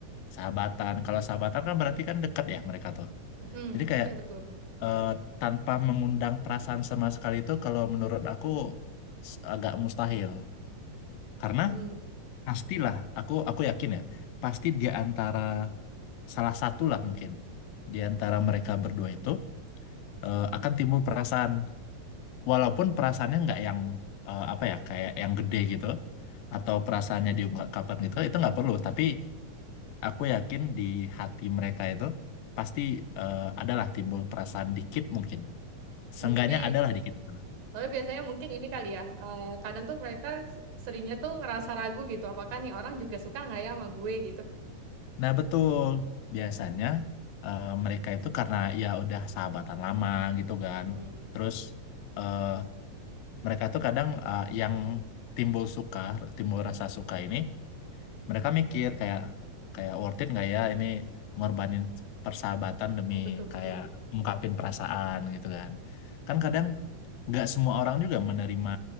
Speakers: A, on the left; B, on the right.
A: sahabatan. Kalau sahabatan kan berarti kan deket ya mereka tuh.
B: mm-mm,
A: Jadi kayak
B: iya betul.
A: eh, tanpa mengundang perasaan sama sekali itu kalau menurut aku s- agak mustahil. Karena
B: Hmm.
A: pastilah aku aku yakin ya, pasti di antara salah satu lah mungkin di antara mereka berdua itu eh, akan timbul perasaan walaupun perasaannya nggak yang eh, apa ya kayak yang gede gitu atau perasaannya diungkapkan gitu itu nggak perlu tapi aku yakin di hati mereka itu pasti eh, adalah timbul perasaan dikit mungkin
B: Hmm,
A: seenggaknya
B: tapi
A: adalah dikit gitu.
B: tapi biasanya mungkin ini kali ya. eh, kadang tuh mereka s- seringnya tuh ngerasa ragu gitu. Apakah nih orang juga suka nggak ya sama gue gitu?
A: Nah betul biasanya eh, mereka itu karena ya udah sahabatan lama gitu kan
B: Hmm.
A: terus eh, mereka tuh kadang eh, yang timbul suka timbul rasa suka ini mereka mikir kayak kayak worth it nggak ya ini ngorbanin persahabatan demi
B: Oh, betul betul.
A: kayak ungkapin perasaan gitu kan kan kadang nggak semua orang juga menerima